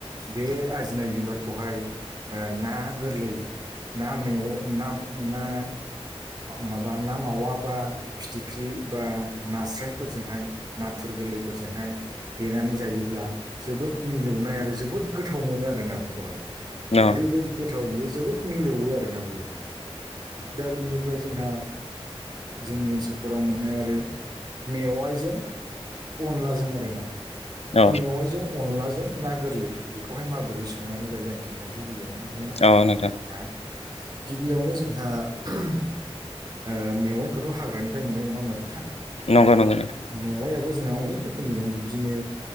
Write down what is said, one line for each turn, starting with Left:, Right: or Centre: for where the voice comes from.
Right: बे आजिनाय बिबारखौहाय ना गोरलै ना मेगं ना ना माबा ना मावा बा फिथिख्रि बा नास्रायफोरजोंहाय नाथुर गोरलैफोरजोंहाय देनानै जायोब्ला जोबोद मिलौनाय आरो जोबोद गोथाव मोनो आरोना बेखौहाय
Left: औ
Right: ओरैबायदि गोथाव बियो जोबोद मिलौवो आरोना बियो दा बिनिफ्राय जोंहा जोंनि ओनसोलफोराव मोननाय आरो मेवाइजों अनलाजों आरोना
Left: औ
Right: मेवाइजों अनलाजों ना गोरलै बेखौहाय माबोरै संनानै जायो आं खिन्थानोसै गिबियावनो बिदिनो
Left: औ नोंथां
Right: <unintelligible> गिबियावनो जोंहा ओ मेवाइखौथ हाग्रानिफ्राय मोनो नङा होमबा नोंथां
Left: नंगौ नंगौ नोंथां।
Right: मेवायाबो जोंहा अनेक रोखोमनि दं बिब्दिनो